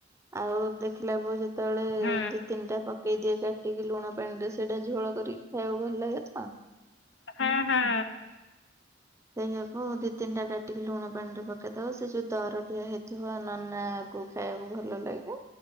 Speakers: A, on the right; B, on the left.
A: ଆଉ ଦେଖିଲା ବଳ ସେତେବେଳେ
B: ହଁ
A: ଦି ତିନିଟା କ ପକେଇଦିଏ କାଟିକି ଲୁଣ ପାଣିରେ, ସେଇଟା ଝୋଳ କରିକି ଖାଇବାକୁ ଭଲ ଲାଗେ ତ।
B: ହଁ, ହଁ।
A: ସେଇଆକୁ ଦି ତିନିଟା କାଟିକି ଲୁଣ ପାଣିରେ ପକେଇ ଦବ ସେ ଯଉ ଦରଟିଆ ହେଇଥିବ ନନାକୁ ଖାଇବାକୁ ଭଲ ଲାଗେ।